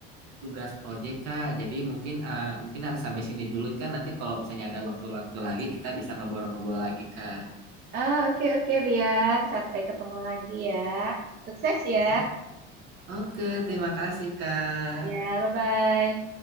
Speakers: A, on the right (about 55°); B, on the right (about 35°).
A: tugas proyek Kak. Jadi mungkin eh, mungkin harus sampai sini dulu kan. Nanti kalau misalnya ada waktu-waktu lagi kita bisa ngobrol-ngobrol lagi Kak.
B: Ah, oke oke Rian, sampai ketemu lagi ya. Sukses ya.
A: Oh, Oke, terima kasih Kak.
B: Ya, bye-bye.